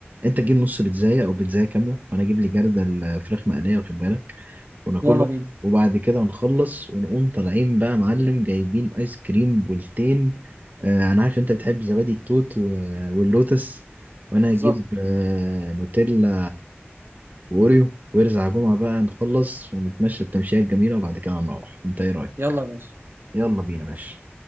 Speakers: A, on the right; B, on the right.
A: أنت تجيب نص بيتزاية أو بيتزاية كاملة وأنا أجيب لي جردل آه، فراخ مقلية واخد بالك وناكله
B: يلا بينا
A: وبعد كده نخلص ونقوم طالعين بقى معلم جايبين ايس كريم بولتين آه انا عارف انت بتحب زبادي التوت و- واللوتس وانا
B: بالظبط
A: هجيب آه نوتيلا واوريو وارزع جمعة بقى نخلص ونتمشى التمشية الجميلة وبعد كده نروح انت ايه رايك
B: يلا يا باشا
A: يلا بينا يا باشا